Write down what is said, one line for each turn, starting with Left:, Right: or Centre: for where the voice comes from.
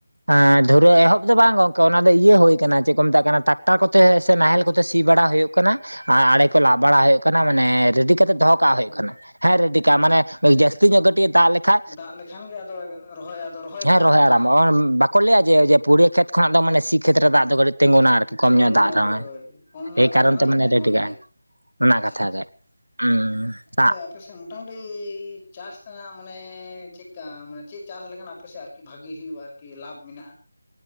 Right: ᱮᱸ ᱫᱷᱩᱨᱟᱹᱣ ᱮᱦᱚᱵ ᱫᱚ ᱵᱟᱝ ᱜᱚᱝᱠᱮ ᱚᱱᱟ ᱫᱚ ᱤᱭᱟᱹ ᱦᱩᱭ ᱠᱟᱱᱟ ᱪᱮᱜ ᱠᱚ ᱢᱮᱛᱟᱜ ᱠᱟᱱᱟ ᱴᱟᱠᱴᱟᱨ ᱠᱚᱛᱮ ᱥᱮ ᱱᱟᱦᱮᱞ ᱠᱚᱛᱮ ᱥᱤ ᱵᱟᱲᱟ ᱦᱩᱭᱩᱜ ᱠᱟᱱᱟ ᱟᱨ ᱟᱲᱮ
Left: ᱟᱪᱪᱷᱟ
Right: ᱠᱚ ᱞᱟᱜ ᱵᱟᱲᱟ ᱦᱩᱭᱩᱜ ᱠᱟᱱᱟ, ᱢᱟᱱᱮ ᱨᱮᱰᱤ ᱠᱟᱛᱮ ᱫᱚᱦᱚ ᱠᱟᱜ ᱦᱩᱭᱩᱜ ᱠᱟᱱᱟ, ᱦᱮᱸ ᱨᱮᱰᱤ ᱠᱟᱜ ᱢᱟᱱᱮ ᱳᱭ ᱡᱟᱹᱥᱛᱤ ᱧᱚᱜ ᱠᱟᱹᱴᱤᱡ ᱮ ᱫᱟᱜ ᱞᱮᱠᱷᱟ
Left: ᱫᱟᱜ ᱞᱮᱠᱷᱟᱱ ᱜᱮ ᱟᱫᱚ ᱨᱚᱦᱚᱭ ᱟᱫᱚ
Right: ᱦᱮᱸ
Left: ᱠᱟᱜ
Right: ᱨᱚᱦᱚᱭ
Left: ᱟᱫᱚ
Right: ᱟᱨᱟᱢᱵᱚ
Left: ᱦᱮᱸ
Right: ᱵᱟᱠᱚ ᱞᱟᱹᱭᱟ ᱡᱮ, ᱡᱮ ᱯᱩᱲᱤᱭᱟᱹ ᱠᱷᱮᱛ ᱠᱷᱚᱱᱟᱜ ᱫᱚ ᱢᱟᱱᱮ ᱥᱤ ᱠᱷᱮᱛᱨᱮ ᱫᱟᱜ ᱫᱚ ᱠᱟᱹᱴᱤᱡ ᱛᱤᱸᱜᱩᱱᱟ ᱟᱨᱠᱤ
Left: ᱛᱤᱸᱜᱩᱱ
Right: ᱠᱚᱢ ᱧᱚᱜ
Left: ᱜᱮᱭᱟ
Right: ᱫᱟᱜ ᱨᱮᱦᱚᱸᱭ
Left: ᱦᱳᱭ ᱦᱳᱭ ᱠᱚᱢ ᱧᱚᱜ
Right: ᱮᱭ
Left: ᱫᱟᱜ
Right: ᱠᱟᱨᱚᱱ
Left: ᱨᱮᱦᱚᱸᱭ
Right: ᱛᱮ ᱢᱟᱱᱮ
Left: ᱛᱤᱸᱜᱩᱱ
Right: ᱨᱮᱰᱤ ᱠᱟᱜᱟᱭ
Left: ᱜᱮᱭᱟ
Right: ᱾ ᱚᱱᱟ
Left: ᱟᱪᱪᱷᱟ
Right: ᱠᱟᱛᱷᱟ ᱜᱮ <unintelligible>
Left: ᱟᱯᱮᱥᱮᱜ ᱢᱚᱴᱟᱢᱩᱴᱤ ᱪᱟᱥ ᱨᱮᱱᱟᱜ ᱢᱟᱱᱮ ᱪᱮᱜᱠᱟ ᱢᱟᱱᱮ ᱪᱮᱜ ᱪᱟᱥ ᱞᱮᱠᱷᱟᱱ ᱟᱯᱮ ᱥᱮᱫ ᱟᱨᱠᱤ ᱵᱷᱟᱜᱤ ᱦᱩᱭᱩᱜ-ᱟ, ᱟᱨ ᱠᱮᱞᱟᱵᱷ ᱢᱮᱱᱟᱜ-ᱟ ᱾